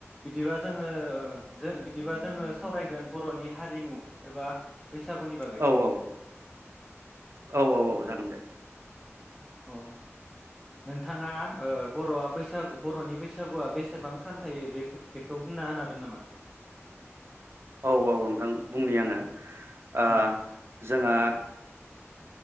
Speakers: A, in the centre; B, on the right (about 55°).
A: बिदिबा जों। जङो ज बिदिबा जोङो सावरायगोन बर'नि हारिमु एबा बैसागुनि बागै
B: औ औ औ औ औ जागोन दे।
A: औ नोंथाङा बर'आ बैसागु बर'नि बैसागुआ बेसेबां सान थायो बे बेखौ बुंना होनागोन नामा?
B: औ औ नोंथां बुंनि आङो। ओ।
A: उम
B: जोंहा।